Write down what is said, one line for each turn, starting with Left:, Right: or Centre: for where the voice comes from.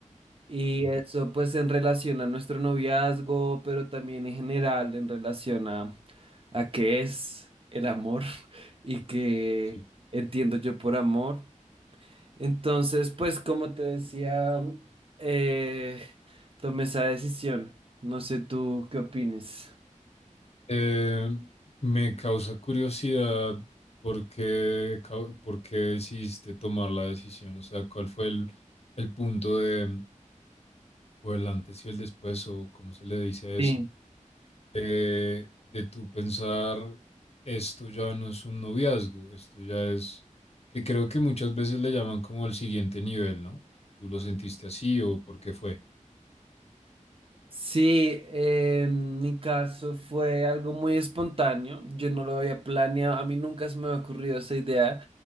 Right: y
Left: ajá,
Right: eso pues en relación a nuestro noviazgo, pero también en general en relación a, a qué es el amor <laughs> y qué
Left: sí.
Right: entiendo yo por amor. Entonces, pues como te decía, eh, tomé esa decisión. No sé tú qué opines.
Left: Eh, me causa curiosidad por qué, cau- por qué decidiste tomar la decisión, o sea, cuál fue el, el punto de, o el antes y el después, o cómo se le dice a eso,
Right: Sí,
Left: de, de tú pensar, esto ya no es un noviazgo, esto ya es, que creo que muchas veces le llaman como el siguiente nivel, ¿no? ¿Tú lo sentiste así o por qué fue?
Right: Sí, eh, en mi caso fue algo muy espontáneo. Yo no lo había planeado. A mí nunca se me había ocurrido esa idea